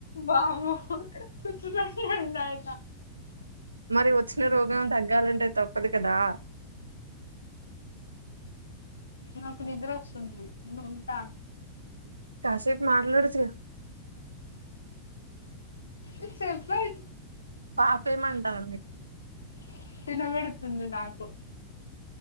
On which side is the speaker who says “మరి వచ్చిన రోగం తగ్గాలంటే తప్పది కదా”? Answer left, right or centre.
Right